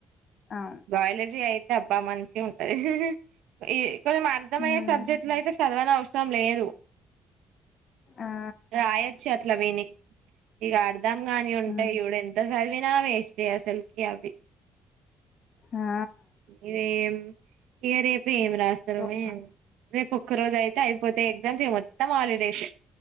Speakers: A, on the left; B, on the right.
A: అవును
B: బయలజీ అయిత్ అబ్బా మంచిగా ఉంటది ఈ ఏమైనా అర్థమైయె
A: హ్మ్
B: సబ్జెట్లు అయితే చదవ నా రం లేదు
A: ఆ
B: రాయొచ్చు అట్లా విని ఇక అర్ధం గాని ఉ
A: హ్మ్.
B: ఇ ఇవడా ఎంత వినా వేచతే అసెలుకి అవి
A: ఆ
B: ఇద ఏం ఇయరీ పి ఏమి రాస్తారో
A: ఓహ్!
B: ఏమో రేపు ఒక్క రోజు అయితే అయిపోతే ఎగ్జామ్స్ ఇగ మొత్తం హాలిడేసే